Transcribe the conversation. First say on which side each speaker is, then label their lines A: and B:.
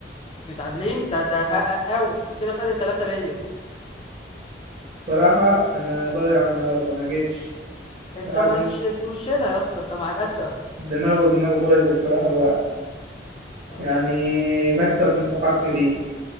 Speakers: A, on the left; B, on the right.
A: متعادلين ده ده هقى او كده فرق ثلاثة ليا
B: بصراحة أنا ضايع النهاردة ما جيتش
A: انت
B: قاعد
A: مش انت مش هنا يا اسطى انت مع الاسف
B: دماغه ودماغه بايظة بصراحة الواحد
A: آه،
B: يعني مكسب مستحق ليك